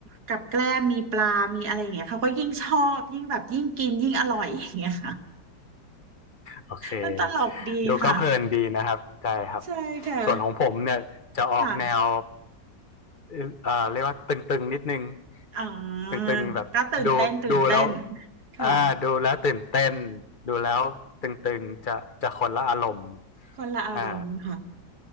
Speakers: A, on the right; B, on the left.
A: กับแกล้มมีปลามีอะไรอย่างเงี้ยเขาก็ยิ่งชอบยิ่งแบบยิ่งกินยิ่งอร่อยอย่างเงี้ยค่ะ
B: โอเค
A: มันตลกดีค่ะ
B: ดูก็เพลินดีนะครับใช่ครับ
A: ใช่ค่ะ
B: ส่วนของผมเนี่ยจะออกแนว
A: ค่ะ
B: เอ่อเอ่อเรียกว่าตึงๆนิดนึง
A: อ๋อ
B: ตึงๆแบบดูดูแล้ว
A: ก็ตื่นเต้นตื่นเต้นค่ะ
B: อ่าดูแล้วตื่นเต้นดูแล้วตึงๆจะจะคนละอารมณ์
A: คนละอารมณ์ค่ะ
B: อ่า